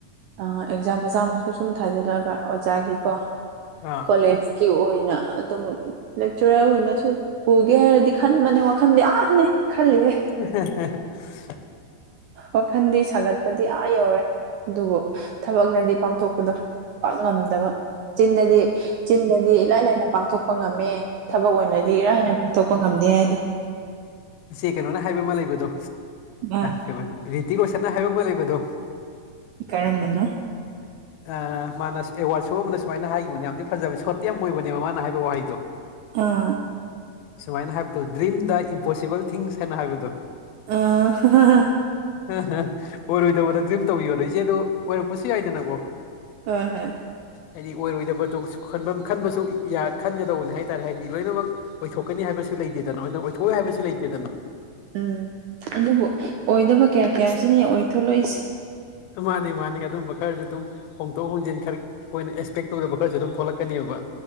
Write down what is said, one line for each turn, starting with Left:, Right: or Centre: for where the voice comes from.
Right: ꯑ ꯑꯦꯛꯖꯥꯝ ꯃꯆꯥ ꯃꯁꯨ ꯁꯨꯝ ꯊꯥꯖꯤꯜꯂꯒ ꯑꯣꯖꯥꯒꯤꯀꯣ
Left: ꯑ
Right: ꯀꯣꯂꯦꯖꯀꯤ ꯑꯣꯏꯅ ꯑꯗꯨꯝ ꯂꯦꯛꯆꯔꯔ ꯑꯣꯏꯅꯁꯨ ꯄꯨꯒꯦ ꯍꯥꯏꯔꯗꯤ ꯈꯟꯕꯅꯦ ꯋꯥꯈꯟꯗꯤ ꯌꯥꯝꯅꯤ ꯈꯜꯂꯤꯍꯦ
Left: <unintelligible>
Right: ꯋꯥꯈꯟꯗꯤ ꯁꯥꯒꯠꯄꯗꯤ ꯑꯥ ꯌꯧꯔꯦ ꯑꯗꯨꯕꯨ ꯊꯕꯛꯅꯗꯤ ꯄꯥꯡꯊꯣꯛꯄꯗꯣ ꯄꯥꯛ ꯉꯝꯗꯕ ꯆꯤꯟꯗꯗꯤ ꯆꯤꯟꯗꯗꯤ ꯏꯂꯥꯏ ꯂꯥꯏꯅ ꯄꯥꯡꯊꯣꯛꯄ ꯉꯝꯃꯦ ꯊꯕꯛ ꯑꯣꯏꯅꯗꯤ ꯏꯔꯥꯏ ꯂꯥꯏꯅ ꯄꯥꯡꯊꯣꯛꯄ ꯉꯝꯗꯦ ꯍꯥꯏꯗꯣ
Left: ꯁꯤ ꯀꯩꯅꯣꯅ ꯍꯥꯏꯕ ꯑꯃ ꯂꯩꯕꯗꯣ
Right: ꯑꯥ
Left: ꯀꯩꯕ ꯔꯤꯇꯤ ꯔꯣꯁꯟꯅ ꯍꯥꯏꯕ ꯑꯃ ꯂꯩꯕꯗꯣ
Right: ꯀꯔꯝꯕꯅꯣ
Left: <unintelligible> ꯑ ꯃꯥꯅ ꯑꯦꯋꯥꯔꯗ ꯁꯣ ꯑꯃꯅ ꯁꯨꯃꯥꯏꯅ ꯍꯥꯏꯈꯤꯕꯅꯦ ꯌꯥꯝꯗꯤ ꯐꯖꯕꯅꯦ ꯁꯣꯔꯠꯇꯤ ꯌꯥꯝ ꯑꯣꯏꯕꯅꯦꯕ ꯃꯥꯅ ꯍꯥꯏꯕ ꯋꯥꯍꯩꯗꯣ
Right: ꯑꯥ
Left: ꯁꯨꯃꯥꯏꯅ ꯍꯥꯏꯕꯗꯣ ꯗ꯭ꯔꯤꯝꯗ ꯏꯝꯄꯣꯁꯤꯕꯜ ꯊꯤꯡꯁ ꯍꯥꯏꯅ ꯍꯥꯏꯕꯗꯣ
Right: ꯑ <unintelligible>
Left: <unintelligible> ꯑꯣꯏꯔꯣꯏꯗꯕꯗ ꯗ꯭ꯔꯤꯝ ꯇꯧꯕꯤ ꯌꯣꯗꯣ ꯏꯆꯦ ꯑꯗꯣ ꯑꯣꯏꯔꯛꯄꯁꯨ ꯌꯥꯏꯗꯅꯀꯣ
Right: ꯍꯣꯏ ꯍꯣꯏ
Left: ꯍꯥꯏꯗꯤ ꯑꯣꯏꯔꯣꯏꯗꯕꯗꯣ ꯈꯟꯕꯝ ꯈꯟꯕꯁꯨ ꯌꯥ ꯈꯟꯒꯗꯧꯕꯅꯤ ꯍꯥꯏ ꯇꯥꯔꯦ ꯍꯥꯏꯗꯤ ꯂꯣꯏꯅꯃꯛ ꯑꯣꯏꯊꯣꯛ ꯀꯅꯤ ꯍꯥꯏꯕꯁꯨ ꯂꯩꯇꯦꯗꯅ ꯑꯗꯨ ꯑꯣꯏꯊꯣꯛꯏ ꯍꯥꯏꯕꯁꯨ ꯂꯩꯇꯦꯗꯅ
Right: ꯎꯝ ꯑꯗꯨꯕꯨ ꯑꯣꯏꯗꯕ ꯀꯌꯥ ꯀꯌꯥꯁꯤꯅꯤ ꯑꯣꯏꯊꫭꯡꯂꯛꯏꯁꯦ
Left: ꯃꯥꯅꯤ ꯃꯥꯅꯤ ꯑꯗꯨꯝꯕ ꯈꯔꯁꯨ ꯑꯗꯨꯝ ꯍꯣꯡꯗꯣꯛ ꯍꯣꯡꯖꯤꯟ ꯈꯔ ꯑꯩꯈꯣꯏꯅ ꯑꯦꯛꯁꯄꯦꯛ ꯇꯧꯗꯕ ꯈꯔꯁꯨ ꯑꯗꯨꯝ ꯊꯣꯛꯂꯛꯀꯅꯦꯕ